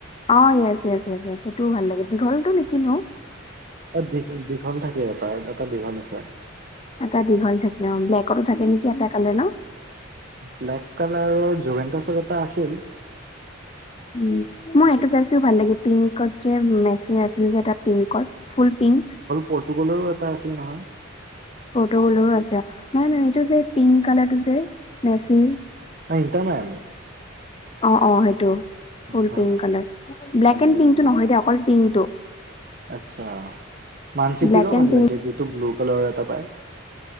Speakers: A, on the left (about 30°); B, on the right (about 45°).
A: অ' য়েছ-য়ছ-য়ছ সেইটোও ভাল লাগে দীঘলতো নেকি নো।
B: দীঘ-দীঘল থাকে এ তাৰ এটা দীঘল আছে।
A: এটা দীঘল থাকে অ' ব্লেকতো থাকে নেকি এটা কালাৰ ন।
B: ব্লেক কালাৰৰ জোগেনা চল এটা আছিল।
A: উ' মোৰ সেইটো চাইছোও ভাল লাগে পিংকত যে মেচ আছিল যে তাত পিংকৰ ফুল পিংক।
B: পৰ্টুগালৰো এটা আছিল নহয়।
A: পৰ্তুগাল আছে। নহয়, নহয় এইটো যে পিংক কালাৰ টো যে মেচি।
B: নাই ইণ্টাৰৰ ম <unintelligible> আমি
A: অ', অ', সেইটো ফুল
B: হা
A: পিংক কালাৰ। ব্লেক
B: ভাল লাগে
A: এণ্ড পিংকটো
B: ভাল লাগে
A: নহয় দে অকল পিংকটো।
B: আচ্ছা মান চিতিৰো
A: ব্লেক এণ্ড
B: ভাল
A: পিংক
B: লাগে যিটো ব্লু কালাৰ এটা পায়।